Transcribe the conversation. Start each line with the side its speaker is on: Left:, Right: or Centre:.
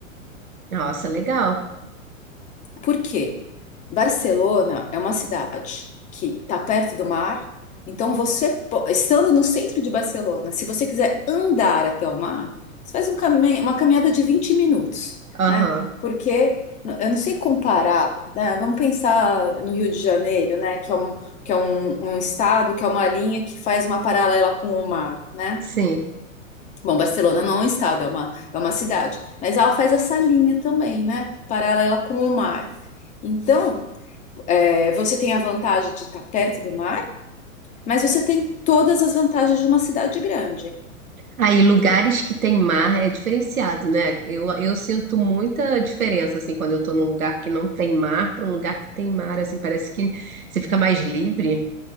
Right: Nossa, legal.
Left: Por quê? Barcelona é uma cidade que está perto do mar, então você, po- estando no centro de Barcelona, se você quiser andar até o mar, você faz um cami- uma caminhada de 20 minutos,
Right: Aham.
Left: né? Porque n- eu não sei comparar, né? Vamos pensar no Rio de Janeiro, né? Que é um, que é um, um estado, que é uma linha que faz uma paralela com o mar, né?
Right: Sim.
Left: Bom, Barcelona não é um estado, é uma, é uma cidade. Mas ela faz essa linha também, né? Paralela com o mar. Então, é, você tem a vantagem de estar perto do mar, mas você tem todas as vantagens de uma cidade grande.
Right: Aí, lugares que tem mar é diferenciado, né? Eu, eu sinto muita diferença, assim, quando eu tô num lugar que não tem mar para um lugar que tem mar, assim, parece que você fica mais livre.